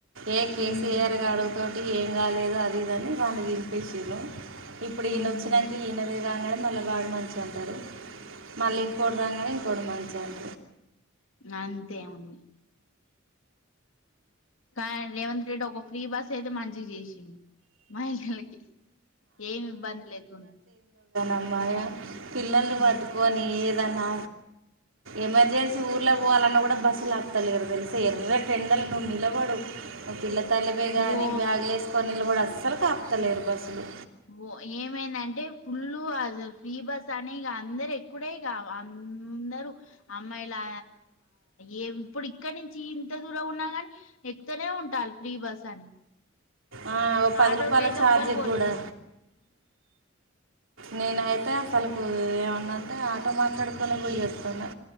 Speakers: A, on the right; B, on the left.
A: ఏ కేసీఆర్
B: ఉమ్
A: గారు తో ఏం కాలేదు అదిదిని వాళ్ళ దింపిచ్చిర్రు ఇప్పుడు ఈయన
B: ఉమ్
A: వచ్చినాంక ఈయన రాంగనే వాడు మంచిగా అంటారు మళ్ళీ ఇంకొడు రాంగానే ఇంకోటి మంచోడు
B: అంతేముంది కా రేవంత్ రెడ్డి ఒక ఫ్రీ బస్ అయితే మంచిగా చేసి మహిళలకి ఏమి ఇబ్బంది లేకుడా
A: అబాయ పిల్లలు పట్టుకొని
B: ఉమ్.
A: ఏదన్నా ఎమర్జెన్సీ ఊర్లో పోవాలన్నా కూడా బస్సు లాప్తలేదు తెలుస ఎర్రటెండలో నువ్వు నిలబడు పిల్ల తల్లివే గాని
B: ఓ
A: బ్యాగులు వేసుకొని కూడా అస్సలు కాప్తాలేరు బస్సులు
B: ఓ ఏమైందంటే ఫుల్ అసలు ఫ్రీ బస్ అని ఇగ అందరు ఎక్కుడే ఇగ అందరు అమ్మాయిలు ఏ ఇప్పుడు ఇక్కడ నుంచి ఇంత దూరం ఉన్నాగాని ఎక్కుతనే ఉంటాల్లు ఫ్రీ బస్ అని
A: ఆ ఓ పది
B: ఆటోకి
A: రూపాయల
B: అయితే
A: చార్జి
B: ఎవ్వలు పోట్లేరు
A: గూ డా నేనైతే అసలుకు ఏమన్నా అంటే ఆటో మాట్లాడుకొని పోయి వస్తను